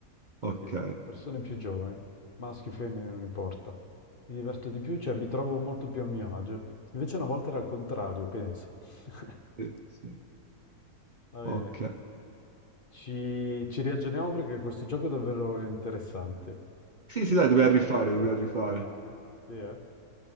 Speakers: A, on the right; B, on the left.
A: ok.
B: Sì, persone più giovani, maschi o femmine, non importa. Mi diverto di più, cioè mi trovo molto più a mio agio. Invece una volta era al contrario, penso. <laughs>
A: Sì, sì.
B: Va bene,
A: Ok.
B: ci, ci riaggiorniamo perché questo gioco è davvero interessante.
A: Sì, sì, dai, dobbiamo rifare, dobbiamo rifare.
B: Sì, eh?